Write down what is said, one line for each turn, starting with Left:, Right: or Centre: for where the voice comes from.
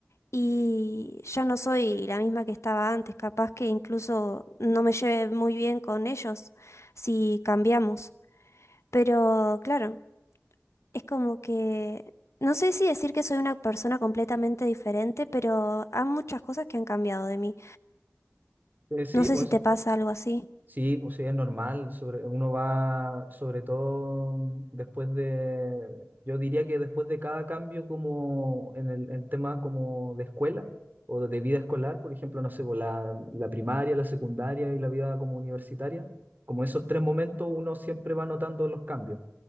Left: y ya no soy la misma que estaba antes, capaz que incluso no me lleve muy bien con ellos si cambiamos. Pero claro, es como que no sé si decir que soy una persona completamente diferente, pero hay muchas cosas que han cambiado de mí.
Right: Eh, sí,
Left: No sé
Right: pues
Left: si te pasa algo así.
Right: Sí, pues sí, es normal. Sobre, uno va, sobre todo mm, después de, yo diría que después de cada cambio como en el, en tema como de escuela o de vida escolar, por ejemplo, no sé, pues, la, la primaria, la secundaria y la vida como universitaria, como esos tres momentos uno siempre va notando los cambios.